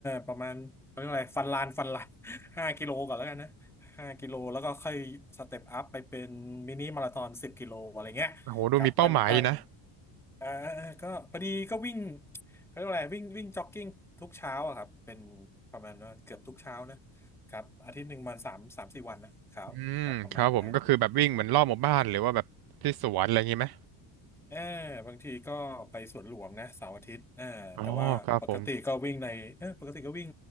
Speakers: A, in the centre; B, on the right.
A: ประมาณเขาเรียกอะไรฟันลานฟันลาน <laughs> ห้ากิโลก่อนแล้วกันนะห้ากิโลแล้วก็ค่อยสเต็ปอัพไปเป็นมินิมาราธอนสิบกิโลอะไรเงี้ยครับตั้งตั้ง
B: โอ้โหดูมีเป้าหมายอยนะ
A: อ่าก็พอดีก็วิ่ง เขาเรียกว่าอะไรวิ่งวิ่งจ็อกกิ้งทุกเช้าอะครับเป็นประมาณว่าเกือบทุกเช้านะครับอาทิตย์หนึ่งมันสามสามสี่วันนะครับครับประมาณนั้น
B: อืมครับผมก็คือแบบวิ่งเหมือนรอบหมู่บ้านหรือว่าแบบที่สวนอะไรอย่างงี้ไหม
A: เออบางทีก็ไปสวนหลวงนะเสาร์อาทิตย์เออแต่ว่าปกติก็วิ่งในเออปกติก็วิ่ง
B: อ๋อครับผม